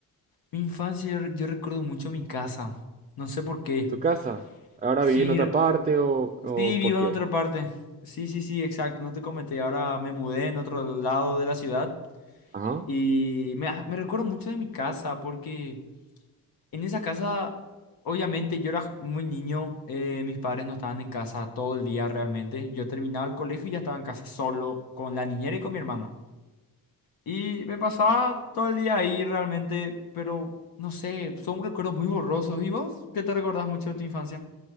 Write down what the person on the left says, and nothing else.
Mi infancia, yo, re- yo recuerdo mucho mi casa. No sé por qué.
Sí,
re-
sí, vivo
en otra parte. Sí, sí, sí, exacto, no te comenté. Ahora me mudé en otro lado de la ciudad
y me, me recuerdo mucho de mi casa porque... En esa casa, obviamente yo era muy niño, eh, mis padres no estaban en casa todo el día realmente. Yo terminaba el colegio y ya estaba en casa solo con la niñera y con mi hermana. Y me pasaba todo el día ahí realmente, pero no sé, son recuerdos muy borrosos. ¿Y vos? ¿Qué te recordás mucho de tu infancia?